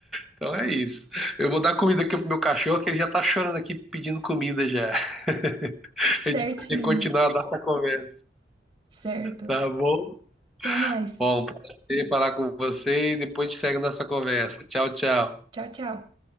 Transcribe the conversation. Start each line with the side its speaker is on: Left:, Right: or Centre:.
Centre: Então é isso. Eu vou dar comida aqui pro meu cachorro, que ele já tá chorando aqui pedindo comida já. <laughs> A gente
Right: Certinho.
Centre: vai continuar a nossa conversa.
Right: Certo.
Centre: Tá bom?
Right: Até mais.
Centre: Bom, prazer falar com você e depois a gente segue a nossa conversa. Tchau, tchau.
Right: Tchau, tchau.